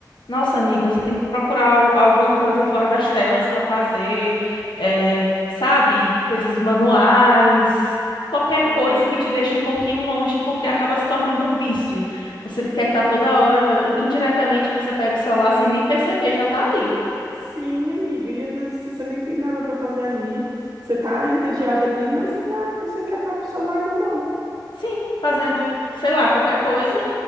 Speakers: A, on the left (about 80°); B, on the right (about 45°).
A: Nossa, amiga, você tem que procurar al- alguma coisa fora das telas para fazer, é, sabe? Coisas manuais, qualquer
B: Ai.
A: coisa que te deixe um pouquinho longe, porque acaba se tornando um vício. Você quer estar toda hora, indiretamente, você pega o celular sem nem perceber, já tá ali.
B: Sim, amiga. E às vezes assim, você nem tem nada para fazer ali, você tá entediada ali, mas você tá, você quer estar com o celular na mão.
A: Sim, fazendo, sei lá, qualquer coisa,